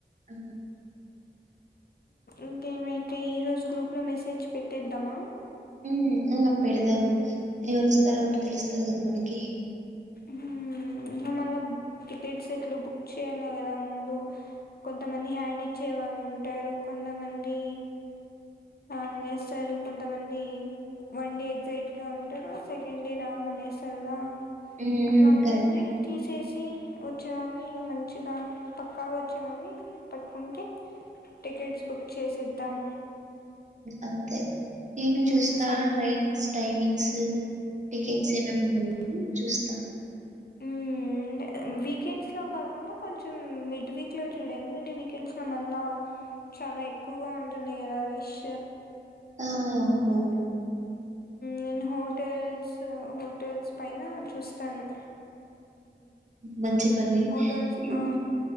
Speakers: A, on the right; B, on the left.
A: అవును.
B: ఇంకేమైతే ఈరోజు గ్రూప్ లో మెసేజ్ పెట్టేద్దామా
A: ఉ ఆ పెడదాం ఎవరు వస్తారో అప్పుడు తెలుస్తది కదా మనకి
B: హ ఇంకా మళ్ళ టికెట్స్ ఎట్లు బుక్ చేయాలి కదా ముందు కొంతమంది హ్యాండ్ ఇచ్చే వాళ్ళు ఉంటారు కొంతమంది రానునేస్తారు కొంతమంది వన్ డే ఎగ్జైట్ గా ఉంటారు సెకండ్ డే రామ్ అనేస్తారుదా
A: హ్మ్.
B: అట్లా
A: హ్మ్.
B: అందరినీ
A: కరెక్టే.
B: తీసేసి వచ్చే కాని మంచిగా పక్కాగా వచ్చే కాని పట్టుకుంటే టికెట్స్ బుక్ చే చేసేద్దాం
A: అంతే నేను చూస్తా
B: ఉమ్ ఫైన్
A: ట్రైన్స్ టైమింగ్స్ టికెట్స్ ఏం ఏం ఉన్నాయో చూస్తా
B: మ్మ్ అండ్ వీకెండ్స్లో కాకుండా కొంచెం మిడ్ వీక్లో చూడం ఎందుకంటే వీకెండ్స్లో మళ్ళీ చాలా ఎక్కువగా ఉంటుంది కదా రేష్
A: ఆ అవున
B: నేను హోటల్స్ హోటల్స్ పైన చూస్తాను
A: మంచి పని.
B: హోటల్స్
A: హ్మ్.
B: ఆ